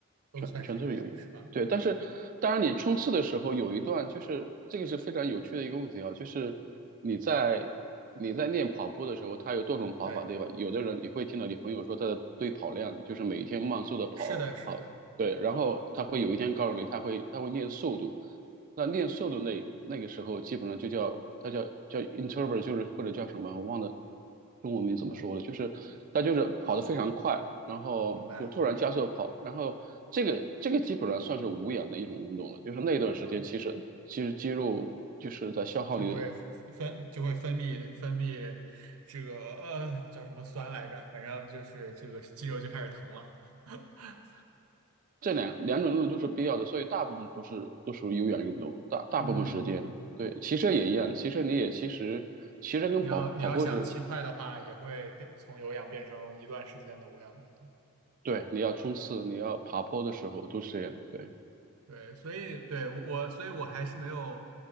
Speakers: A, on the right (about 75°); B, on the right (about 35°).
A: 都算是有氧是吧？
B: 全全都是有氧。对，但是当然你冲刺的时候有一段，
A: 啊，
B: 就是这个是非常有趣的一个问题啊，就是你在你在练跑步的时候，它有多种跑法，
A: 对，
B: 对吧？有的人你会听到你朋友说他的堆跑量，就是每天慢速的跑跑，
A: 是的，是的，
B: 对，然后他会有一天告诉你他会他会练速度。那练瘦的那那个时候，基本上就叫它叫叫 introvert，就是或者叫什么，我忘了中文名怎么说了，
A: 啊，
B: 就是它就是跑得非常快，然后就突然加速跑，
A: 明白，
B: 然后这个这个基本上算是无氧的一种运动了，就是那段时间其实其实肌肉就是在消耗你的，
A: 啊，就会分就会分泌分泌这个呃叫什么酸来着？反正就是这个肌肉就开始疼了。<laughs>
B: 这两两种运动都是必要的，所以大部分都是都属于有氧运动，大大部分时间。
A: 嗯，
B: 对，骑车也一样，骑车你也其实骑车跟跑跑步是，
A: 你要你要想骑快的话，也会变从有氧变成一段时间的无氧运动。
B: 对，你要冲刺，你要爬坡的时候都是这样，对。
A: 对，所以对我，所以我还是没有